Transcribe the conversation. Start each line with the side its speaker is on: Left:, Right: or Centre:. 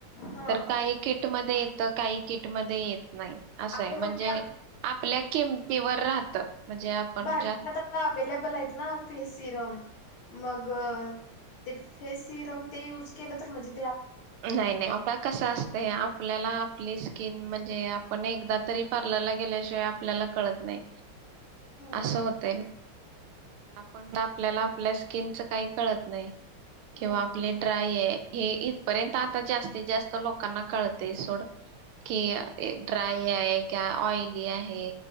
Left: हा
Right: तर काही किट मध्ये त काही किटमध्ये येत नाही असं
Left: अगं
Right: आहे म्हणजे,
Left: मग ते
Right: आपल्या किमतीवर राहत म्हणजे
Left: <unintelligible>
Right: आपण
Left: बल
Right: ज्या
Left: हेत ना फेस सिरम, मग ते फेस सिरम, ते युज केलं तर म्हजे
Right: नाही नाही आता कसं असतय? आपल्याला आपली स्किन म्हणजे आपण एकदा तरी पार्लरला गेल्याशिवाय आपल्याला कळत नाही
Left: हम्म
Right: असं होतय आपण आपल्याला आपल्या स्किनचं काही कळत नाही किंवा
Left: हम्म
Right: आपले ड्राय आहे हे इथपर्यंत आता जास्तीत जास्त लोकांना कळतय सोड कि ड्राय आहे की ऑइली आहे